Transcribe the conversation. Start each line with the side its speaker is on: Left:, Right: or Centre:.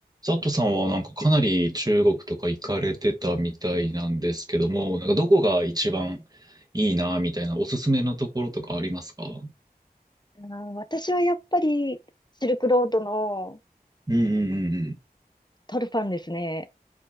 Right: 佐藤さんはなんかかなり中国とか行かれてたみたいなんですけども、なんかどこが一番いいなみたいなおすすめのところとかありますかうん
Left: あー私はやっぱりシルクロードの
Right: うんうんうん。
Left: トルファンですね。